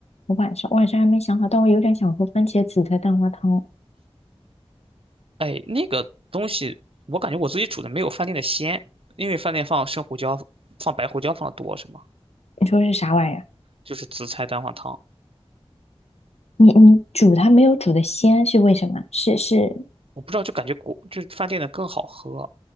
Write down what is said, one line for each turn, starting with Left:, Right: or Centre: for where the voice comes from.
Left: 我晚上晚上还没想好，但我有点想喝番茄紫菜蛋花汤。
Right: 哎，那个东西我感觉我自己煮的没有饭店的鲜，因为饭店放生胡椒、放白胡椒放的多是吗？
Left: 你说是啥玩意儿啊？
Right: 就是紫菜蛋花汤，
Left: 你你煮它没有煮的鲜是为什么？是是，
Right: 我不知道，就感觉国就是饭店的更好喝。